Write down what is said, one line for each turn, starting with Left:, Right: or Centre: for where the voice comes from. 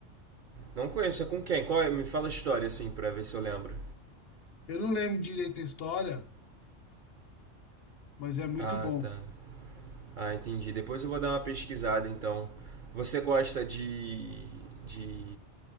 Right: Não conheço. É com quem? Qual é? Me fala a história assim pra ver se eu lembro.
Left: Eu não lembro direito a história, mas é muito
Right: Ah,
Left: bom.
Right: tá. Ah, entendi. Depois eu vou dar uma pesquisada então. Você gosta de de